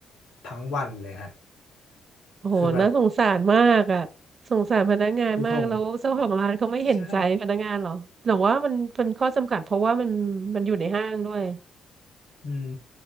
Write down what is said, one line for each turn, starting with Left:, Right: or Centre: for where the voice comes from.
Left: ทั้งวันเลยฮะ
Right: โอ้โหน่าสงสารมากอ่ะสงสารพนักงานมากแล้วเจ้าของร้านเขาไม่เห็นใจพนักงานเหรอหรือว่ามันเป็นข้อจำกัดเพราะว่ามันมันอยู่ในห้างด้วย
Left: คือแบบคือผมใช่อืม